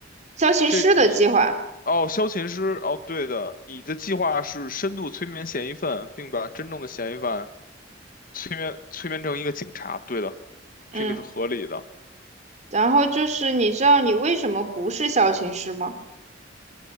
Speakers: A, on the right; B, on the left.
A: 萧琴师的计划，
B: 这你，哦，萧琴师。哦，对的，你的计划是深度催眠嫌疑犯，并把真正的嫌疑犯。催眠催眠成一个警察，对的，
A: 嗯，
B: 这个是合理的。
A: 然后就是你知道你为什么不是萧琴师吗？